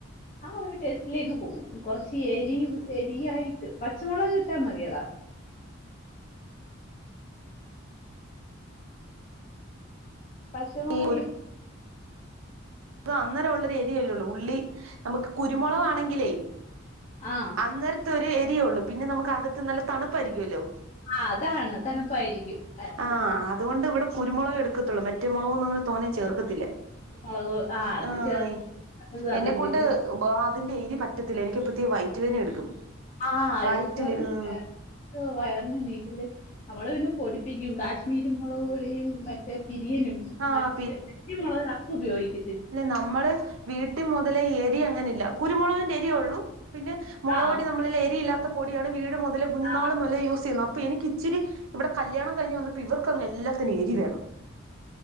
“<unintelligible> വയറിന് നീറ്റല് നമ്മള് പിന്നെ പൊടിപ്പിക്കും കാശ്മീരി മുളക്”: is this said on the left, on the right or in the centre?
Left